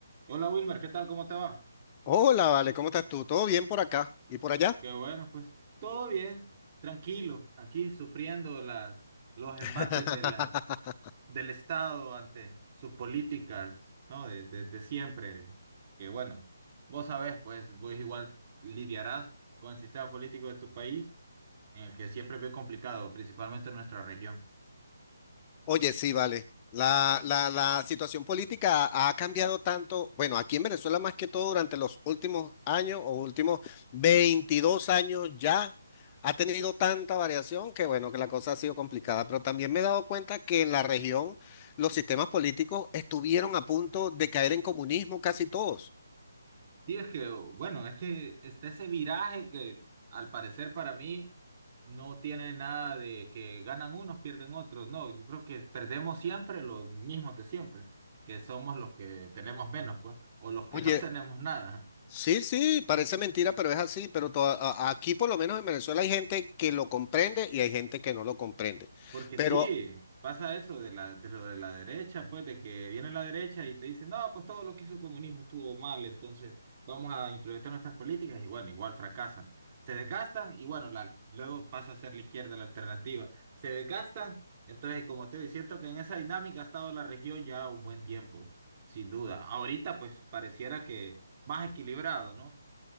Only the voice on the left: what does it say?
Hola, vale, ¿cómo estás tú? ¿Todo bien por acá y por allá?
<laughs>
Oye, sí, vale. La, la, la situación política ha cambiado tanto, bueno, aquí en Venezuela más que todo durante los últimos años o últimos 22 años ya ha tenido tanta variación que bueno, que la cosa ha sido complicada, pero también me he dado cuenta que en la región los sistemas políticos estuvieron a punto de caer en comunismo casi todos.
Oye,
Sí, sí, parece mentira, pero es así. Pero toda- a- aquí, por lo menos en Venezuela, hay gente que lo comprende y hay gente que no lo comprende.
Pero